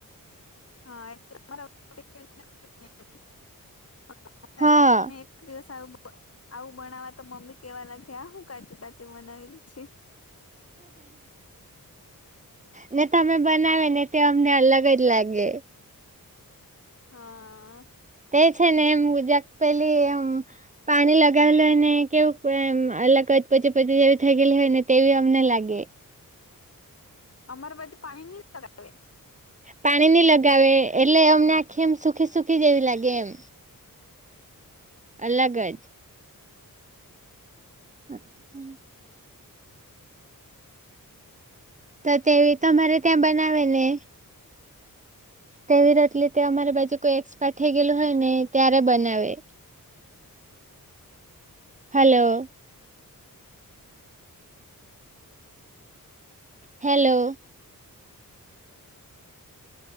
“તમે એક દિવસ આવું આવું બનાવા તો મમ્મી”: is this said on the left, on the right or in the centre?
Left